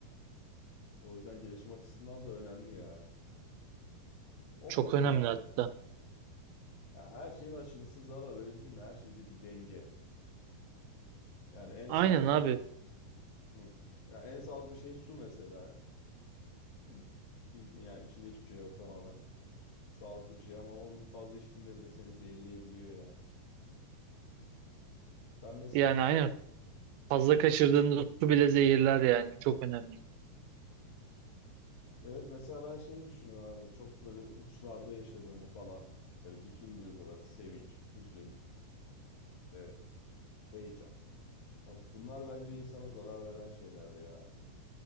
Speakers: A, on the left; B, on the right.
A: O yüzden gelişim açısından da önemli ya. Optimum
B: çok önemli
A: abi.
B: hatta.
A: Ya her şeyin aşırısı zarar öyle değil mi? Her şeyde bir denge. Yani en
B: Aynen
A: sağlıklı
B: abi
A: hı. Ya en sağlıklı şey su mesela. Ya. Su bildiğin yani içinde hiçbir şey yok tamamen. Sağlıklı bir şey ama onun fazla içtiğinde bile seni zehirleyebiliyor yani. Ben mesela
B: yani aynen Fazla
A: hı.
B: kaçırdığında su bile zehirler yani çok önemli.
A: Evet mesela ben şey düşünüyorum hani çok böyle uçlarda yaşadığımı falan. Böyle bütün duyguları sevinç, üzün, işte heyecan. Ya bunlar bence insana zarar veren şeyler ya.